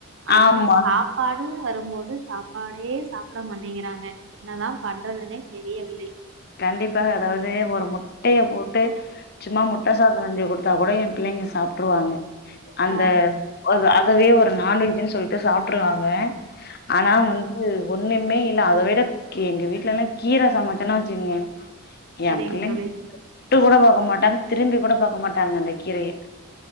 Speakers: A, on the right; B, on the left.
A: ஆனா
B: ஆமா
A: சாப்ப பாடும் வரும்போது சாப்பாடே சாப்பிட மாட்டேங்கிறாங்க என்னதா பண்றதுன்னே தெரியவில்லை
B: கண்டிப்பா அதாவது ஒரு முட்டைய போட்டு சும்மா முட்ட சாப் செஞ்சு குடுத்தா கூட ஏ பிள்ளைங்க சாப்ட்ருவாங்க அந்த
A: ஆ
B: அதவே ஒரு நான் வெஜ்ன்னு சொல்ட்டு சாப்ட்டுருவாங்க ஆனா வந்து ஒன்னுமே இல்ல அத விட கெ எங்க வீட்லலா கீர சமைச்சனா வச் ங்க
A: சரிங்க
B: ஏ பிள்ளைஙக
A: தோழி
B: தொட்டு கூட பாக்கமாட்டாங்க திரும்பி கூட பாக்க மாட்டாங்க அந்த கீரய